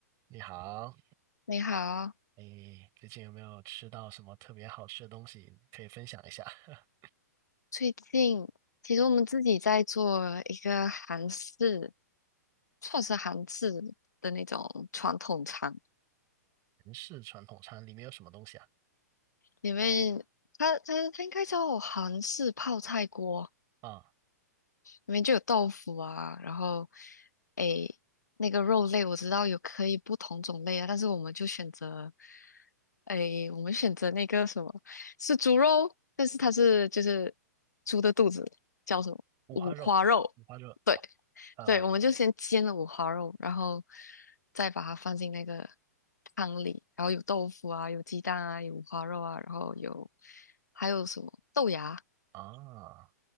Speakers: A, on the right; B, on the left.
A: 你好，
B: 你好，
A: 诶，最近有没有吃到什么特别好吃的东西？可以分享一下。<laughs>
B: 最近其实我们自己在做一个韩式，算是韩式的那种传统餐，
A: 韩式传统餐里面有什么东西啊？
B: 里面它它它应该叫韩式泡菜锅，
A: 啊，
B: 里面就有豆腐啊，然后诶，那个肉类我知道有可以不同种类啊，但是我们就选择诶，我们选择那个什么是猪肉，但是它是就是猪的肚子叫什么五花肉，
A: 五花肉，五花肉，
B: 对
A: 呃，
B: 对，我们就先煎了五花肉，然后再把它放进那个汤里，然后有豆腐啊，有鸡蛋啊，有五花肉啊，然后有还有什么豆芽，
A: 啊，